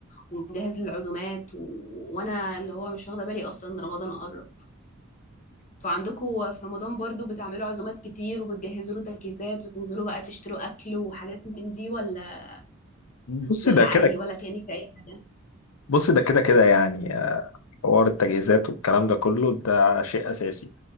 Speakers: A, on the left; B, on the left.
A: ونجهز للعزومات و... وانا اللي هو مش واخده بالي اصلا ان رمضان قرب انتوا عندكم في رمضان برضو بتعملوا عزومات كتير وبتجهزوا له تجهيزات وتنزلوا بقى تشتروا اكل وحاجات من دي ولا
B: بص
A: ولا
B: ده كده
A: عادي ولا كأنك في أي حاجة
B: بص ده كده كده يعني آه، حوار التجهيزات والكلام ده كله ده شيء أساسي